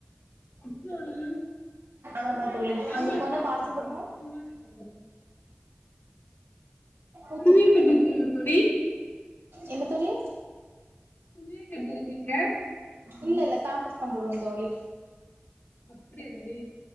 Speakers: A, on the left; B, on the right.
A: ம்,
B: ஆமா தோழி
A: சாம்பார்
B: உங்களுக்கு போனா
A: சாதம்
B: பாச போட்டுமா
A: தோழி.
B: ஊத்து
A: வெளிய <unintelligible> தோழி
B: என்ன தோழி
A: <unintelligible>
B: இல்ல இல்ல தாம்பஸ் தா போடுவ தோழி
A: அப்டியா தோழி